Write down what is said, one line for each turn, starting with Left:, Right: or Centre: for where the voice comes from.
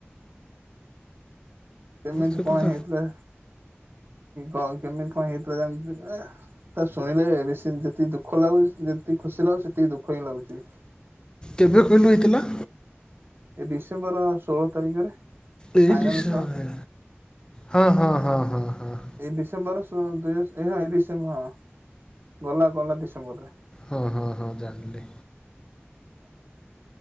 Right: କେମିତି
Left: ସେଟା
Right: କଣ
Left: ତ
Right: ହେଇଥିଲା କଣ କେମିତି କଣ ହେଇଥିଲା ଜାଣି ଥିଲୁ ଏ ତା ଶୁଣିଲେ ବେଶୀ ଯେତିକି ଦୁଃଖ ଲାଗୁଛି ଯେତିକି ଖୁସି ଲାଗୁଛି ସେତିକି ଦୁଃଖ ହିଁ ଲାଗୁଚି।
Left: କେବେ କହିଲୁ ହେଇଥିଲା।
Right: ଏ ଡିସେମ୍ବର ଷୋଳ ତାରିଖରେ।
Left: ଏ
Right: ଫାଇନାଲ
Left: ଡିସେମ୍ବର
Right: ଖେଳ।
Left: ରେ ହେଲା ହଁ ହଁ ହଁ ହଁ ହଁ
Right: ଏଇ ଡିସେମ୍ବର ସୁ ଦୁଇ ହଜ ଏଇ ଡିସେମ୍ବ ହଁ ଗଲା ଗଲା ଡିସେମ୍ବର ରେ।
Left: ହଁ ହଁ ହଁ ଜାଣିଲି।
Right: ଆଉ।